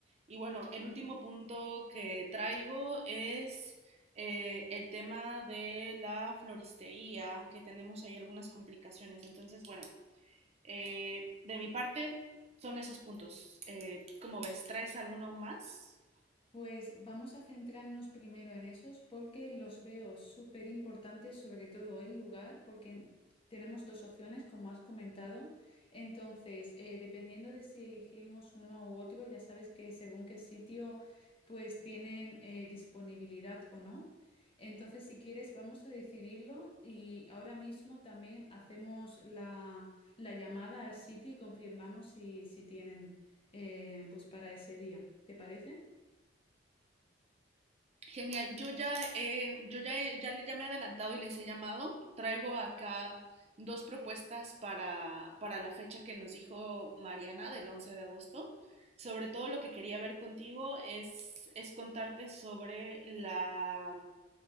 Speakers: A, on the right; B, on the left.
A: Y bueno, el último punto que traigo es eh, el tema de la floristería, que tenemos ahí algunas complicaciones. Entonces, bueno, eh, de mi parte son esos puntos. Eh, ¿Cómo ves? ¿Traes alguno más?
B: Pues vamos a centrarnos primero en esos porque los veo súper importantes, sobre todo el lugar, porque tenemos dos opciones, como has comentado. Entonces, eh, dependiendo de si elegimos uno u otro, ya sabes que según qué sitio, pues tienen eh, disponibilidad o no. Entonces, si quieres, vamos a decidirlo y ahora mismo también hacemos la, la llamada al sitio y confirmamos si, si tienen eh, pues para ese día. ¿Te parece?
A: Genial, yo ya, eh, yo ya, he- ya, le- ya me he adelantado y les he llamado. Traigo acá dos propuestas para, para la fecha que nos dijo Mariana del 11 de agosto. Sobre todo lo que quería ver contigo es, es contarte sobre la,